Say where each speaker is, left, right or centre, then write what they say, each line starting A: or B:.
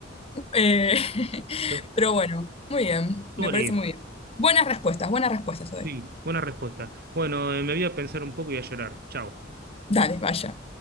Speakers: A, on the left; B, on the right.
A: Eh, <laughs>
B: Estuvo
A: pero bueno, muy bien, me parece
B: lindo.
A: muy bien. Buenas respuestas, buenas respuestas hoy.
B: Sí, buena respuesta. Bueno, eh, me voy a pensar un poco y a llorar. Chao.
A: Dale, vaya.